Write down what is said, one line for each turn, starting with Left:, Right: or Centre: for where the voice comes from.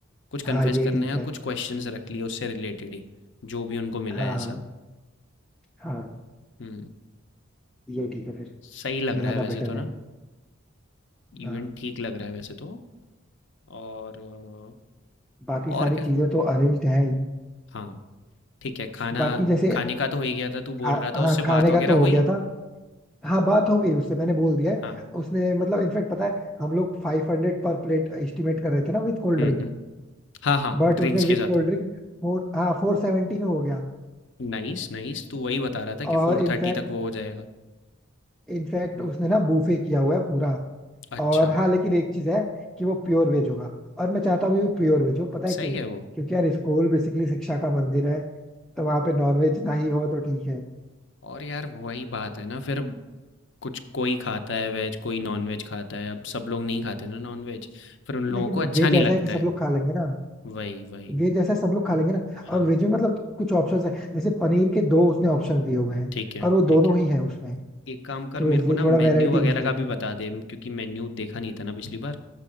Left: कुछ कन्फेस
Centre: हाँ ये
Left: करना
Centre: ठीक
Left: है या
Centre: है
Left: कुछ क्वेश्चंस रख लिए उससे रिलेटेड ही, जो भी उनको मिला
Centre: हाँ
Left: है ऐसा।
Centre: हाँ हाँ
Left: हुँ,
Centre: ये ठीक है फिर
Left: सही लग
Centre: ये
Left: रहा
Centre: ज्यादा
Left: है वैसे
Centre: बेटर
Left: तो ना,
Centre: है हाँ
Left: इवेंट ठीक लग रहा है वैसे तो और अ,
Centre: बाकी
Left: और
Centre: सारी
Left: क्या
Centre: चीजें तो अरेंज्ड है ही
Left: हाँ, ठीक है खाना
Centre: बाकी जैसे
Left: खाने का तो हो ही गया था, तू बोल
Centre: खा,
Left: रहा था
Centre: हाँ
Left: उससे
Centre: खाने
Left: बात वग़ैरह
Centre: का तो हो
Left: हुई?
Centre: गया था हाँ बात हो गई उससे मैंने बोल दिया है
Left: हाँ।
Centre: उसने मतलब इनफैक्ट पता है हम लोग फाइव हंड्रेड पर प्लेट एस्टिमेट कर रहे थे ना विद कोल्ड
Left: हुँ,
Centre: ड्रिंक
Left: हुँ। हाँ, हाँ,
Centre: बट
Left: ड्रिंक्स
Centre: उसने with
Left: के साथ।
Centre: cold drink फोर हाँ four seventy में हो गया
Left: नाइस नाइस तू वही बता रहा था
Centre: और
Left: कि फोर
Centre: इनफैक्ट
Left: थर्टी तक वो हो जाएगा
Centre: इनफैक्ट
Left: हम्म,
Centre: उसने ना बूफे किया हुआ है पूरा
Left: अच्छा
Centre: और हाँ लेकिन एक चीज है कि वो प्योर वेज होगा और मैं चाहता भी हूँ प्योर वेज हो पता है क्यों
Left: सही है वो
Centre: क्योंकि यार स्कूल बेसिकली शिक्षा का मंदिर है तो वहां पे नॉन वेज ना ही हो तो ठीक है
Left: और यार वही बात है ना फिर कुछ कोई खाता है वेज कोई नॉन वेज खाता है अब सब लोग नहीं खाते ना नॉन वेज फिर उन लोगों
Centre: लेकिन
Left: को अच्छा
Centre: वेज
Left: नहीं
Centre: ऐसा
Left: लगता
Centre: है कि सब
Left: है
Centre: लोग खा लेंगे ना
Left: वही वही
Centre: वेज ऐसा सब लोग खा लेंगे ना
Left: हाँ
Centre: और वेज में मतलब कुछ ऑप्शंस है जैसे पनीर के दो उसने ऑप्शन दिए हुए हैं
Left: ठीक है
Centre: और वो दोनों
Left: ठीक है
Centre: ही है उसमें
Left: एक काम कर
Centre: तो
Left: मेरे
Centre: इसलिए
Left: को ना
Centre: थोड़ा
Left: मेन्यू
Centre: वैरायटी
Left: वगैरह
Centre: मिल जाएगी
Left: का भी बता दे म- क्योंकि मेन्यू देखा नहीं था ना पिछली बार